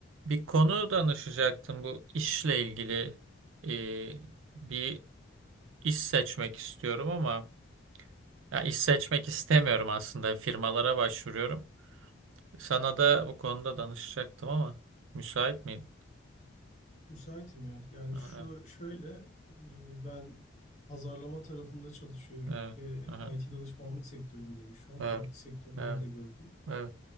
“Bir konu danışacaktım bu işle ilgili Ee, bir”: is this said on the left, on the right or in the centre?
Right